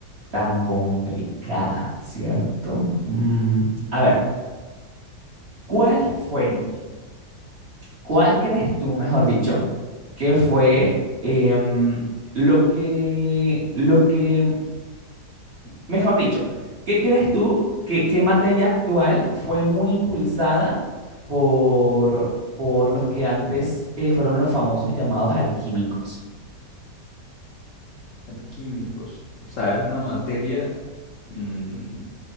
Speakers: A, on the right (about 40°); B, on the left (about 55°).
A: tan complicada, ¿cierto? Mm, a ver, ¿cuál fue, cuál crees tú, mejor dicho, que fue em, lo que, lo que Mejor dicho, ¿qué crees tú que qué materia actual fue muy impulsada por, por los que antes eh, fueron los famosos llamados alquímicos?
B: Alquímicos. O sea, es una materia... mm, o